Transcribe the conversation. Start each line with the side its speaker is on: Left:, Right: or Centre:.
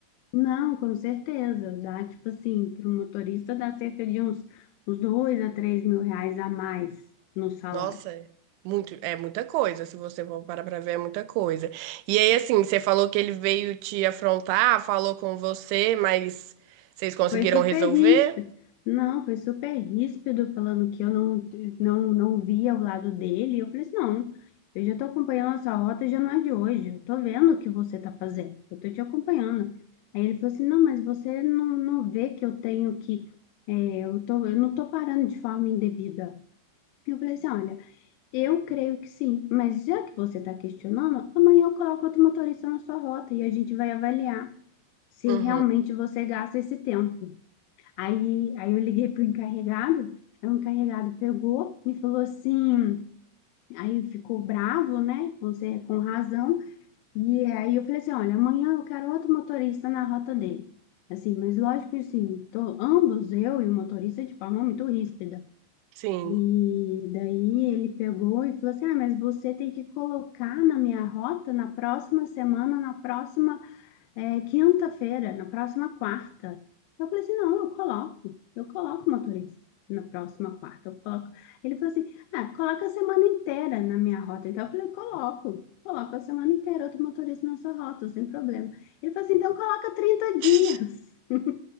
Left: Não, com certeza. Dá, tipo assim, para o motorista dá cerca de uns, uns dois a três mil reais a mais no salário.
Right: Nossa, é muito, é muita coisa, se você for parar pra ver, é muita coisa. E aí, assim, você falou que ele veio te afrontar, falou com você, mas vocês conseguiram
Left: Foi super
Right: resolver?
Left: ríspido. Não, foi super ríspido falando que eu não, não, não via o lado dele. Eu falei assim, não, eu já estou acompanhando essa rota, já não é de hoje. Eu estou vendo o que você está fazendo. Eu estou te acompanhando. Aí ele falou assim, não, mas você não, não vê que eu tenho que... é, eu tô, eu não estou parando de forma indevida. Eu falei assim, olha... Eu creio que sim, mas já que você está questionando, amanhã eu coloco outro motorista na sua rota e a gente vai avaliar se
Right: Uhum,
Left: realmente você gasta esse tempo. Aí, aí eu liguei para o encarregado, aí o encarregado pegou e falou assim, aí ficou bravo, né, com, cer- com razão, e aí eu falei assim, olha, amanhã eu quero outro motorista na rota dele. Assim, mas lógico, assim, tô, ambos, eu e o motorista, de forma muito ríspida.
Right: sim.
Left: E daí ele pegou e falou assim: Ah, mas você tem que colocar na minha rota na próxima semana, na próxima eh, quinta-feira, na próxima quarta. Eu falei assim: Não, eu coloco, eu coloco o motorista na próxima quarta, eu coloco. Ele falou assim: Ah, coloca a semana inteira na minha rota. Então eu falei: Coloco, coloco a semana inteira outro motorista na sua rota, sem problema. Ele falou assim: Então coloca 30 dias.
Right: <laughs>
Left: <laughs>